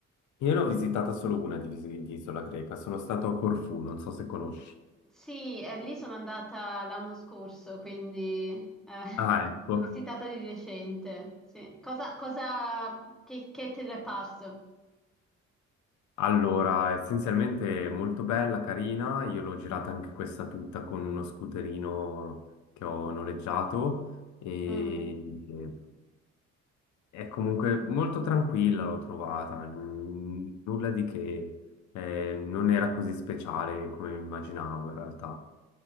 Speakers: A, on the left; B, in the centre.
A: Io l'ho visitata solo una di, vis- di isola greca, sono stato a Corfù, non so se conosci.
B: Sì, e lì sono andata l'anno scorso, quindi eh,
A: Ah, ecco.
B: <laughs> l'ho visitata di recente. Sì. Cosa, cosa, che, che te ne è parso?
A: Allora, essenzialmente è molto bella, carina, io l'ho girata anche questa tutta con uno scooterino che ho noleggiato e
B: Mm,
A: e- è comunque molto tranquilla, l'ho trovata, n- nulla di che, eh, non era così speciale come immaginavo in realtà,